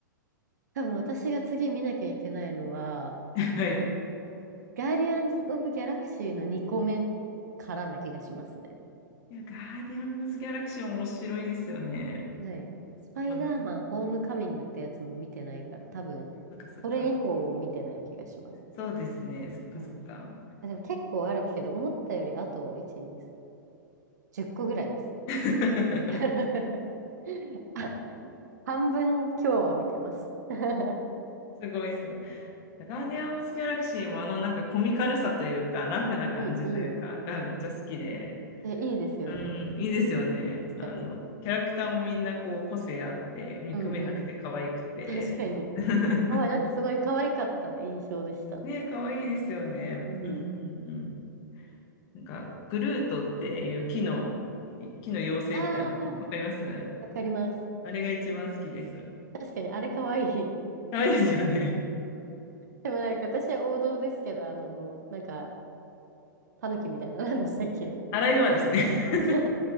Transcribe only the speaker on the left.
<laughs> はい。
いや、ガーディアンズ・ギャラクシー面白いですよね。
あの、そ
っかそっか。
そうですね。そっかそっか。
<laughs>
すごいすごい。ガーディアン・ズギャラクシーもあのなんかコミカルさというか、ラフな感じというか、
がめっちゃ好きで、
うん、いいですよね。
あの、キャラクターもみんなこう個性あって、見くめなくて可愛くて。
<laughs>
ねえ、可愛いですよね。
うんうんうん。なんか、グルートっていう木の、木の妖精みたいなの、
わかります
あれが一番好きです。
可愛いですよね。
あらゆはですね、
<laughs>